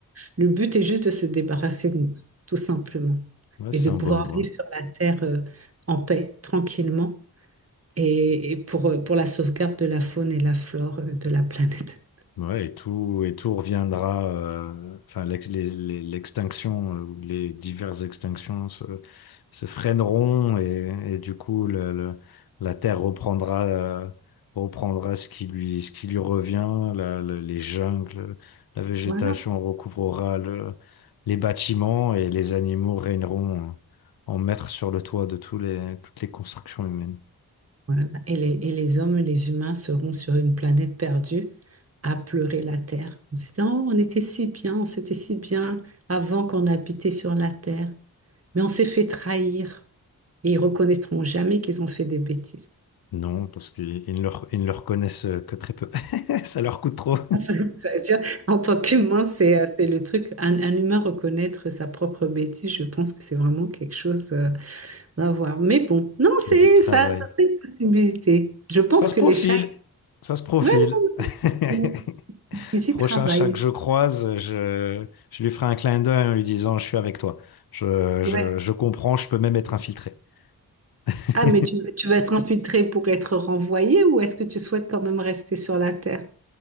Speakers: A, on the right; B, on the left.
A: Le but est juste de se débarrasser de nous, tout simplement,
B: Ouais,
A: et
B: c'est
A: de
B: en
A: pouvoir
B: bonne voie.
A: vivre sur la terre euh, en paix, tranquillement, et, et pour, euh, pour la sauvegarde de la faune et la flore euh, de la planète.
B: Ouais, et tout, et tout reviendra. euh, enfin, l'ex- les- les- l'extinction euh, ou les diverses extinctions se, se freineront et, et du coup, le- le- la Terre reprendra, euh, reprendra ce qui lui, ce qui lui revient. la- la- les jungles, la végétation
A: Voilà.
B: recouvrera le- les bâtiments et les animaux régneront en, en maîtres sur le toit de tous les, toutes les constructions humaines.
A: Voilà. Et les, et les hommes et les humains seront sur une planète perdue à pleurer la terre. On se dit, Oh, on était si bien, on s'était si bien avant qu'on habitait sur la terre. mais on s'est fait trahir et ils reconnaîtront jamais qu'ils ont fait des bêtises.
B: Non, parce qu'ils ils ne le, ils ne le reconnaissent que très peu. <laughs> Ça leur coûte trop.
A: <laughs> Ça veut dire, <laughs> En tant qu'humain, c'est euh, c'est le truc. Un, un humain reconnaître sa propre bêtise, je pense que c'est vraiment quelque chose euh, à voir. Mais bon, non, c'est
B: Il y a du travail.
A: ça, ça serait une possibilité. Je pense
B: Ça se
A: que
B: profile.
A: les chats,
B: Ça se profile.
A: ouais, non,
B: <laughs>
A: ils, ils
B: Prochain
A: y travaillent.
B: chat que je croise, je, je lui ferai un clin d'œil en lui disant, je suis avec toi. Je, je,
A: Ouais.
B: je comprends, je peux même être infiltré. <laughs>
A: Ah, mais tu, tu vas être infiltré pour être renvoyé ou est-ce que tu souhaites quand même rester sur la Terre?